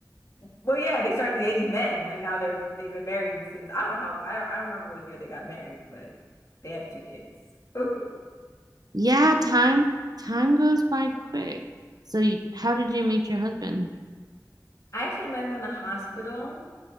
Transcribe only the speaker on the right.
Yeah, time time goes by quick. So y- how did you meet your husband?